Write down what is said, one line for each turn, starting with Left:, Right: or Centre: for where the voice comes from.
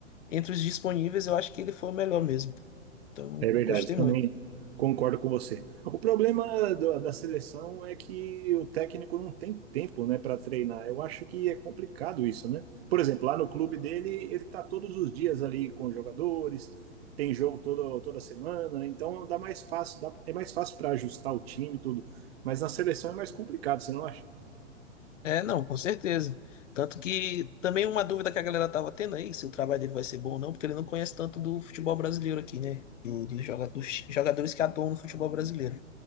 Left: Entre os disponíveis, eu acho que ele foi o melhor mesmo. Então,
Right: É verdade,
Left: gostei
Right: também
Left: muito.
Right: concordo com você. O problema do- da seleção é que o técnico não tem tempo, né, para treinar. Eu acho que é complicado isso, né? Por exemplo, lá no clube dele, ele tá todos os dias ali com os jogadores, tem jogo todo, toda semana, né? Então dá mais fácil, dá- é mais fácil para ajustar o time e tudo. Mas na seleção é mais complicado, você não acha?
Left: É, não, com certeza. Tanto que também uma dúvida que a galera tava tendo aí, se o trabalho dele vai ser bom ou não, porque ele não conhece tanto do futebol brasileiro aqui, né? Do, dos joga- dos jogadores que atuam no futebol brasileiro.